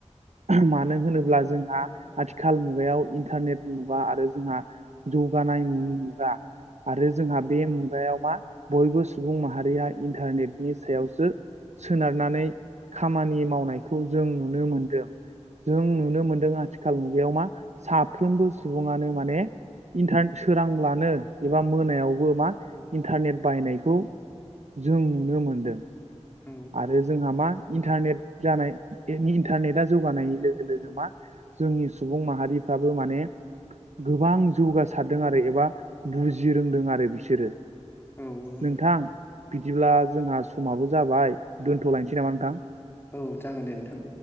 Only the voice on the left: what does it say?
औ
औ औ
औ जागोन दे नोंथां